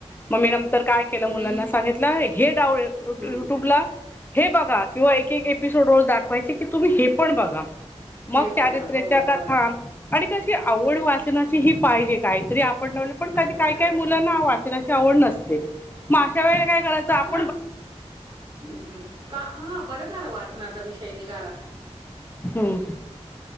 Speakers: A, on the left (about 20°); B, on the right (about 45°).
A: म मी तर काय केलं
B: मी
A: मुलांना सांगितलं हे डावळे युट्यूबला
B: हम्म.
A: हे बघा किंवा एक एक एपिसोड रोज दाखवायची की तुम्ही हे पण बघा मग
B: हे बघा
A: चारित्र्याच्या
B: हो बरोबर
A: कथा आणि कशी आवड वाचनाची ही पाहिजे काहीतरी आपण लावले पण
B: पाहिजे
A: कधी काय
B: करते
A: काय मुलांना वाचनाची आवड नसते म अशा वेळेला काय करायच आप
B: ण हं हं का हा बरं झालं वाचनाचा विषय निघाला.
A: हम्म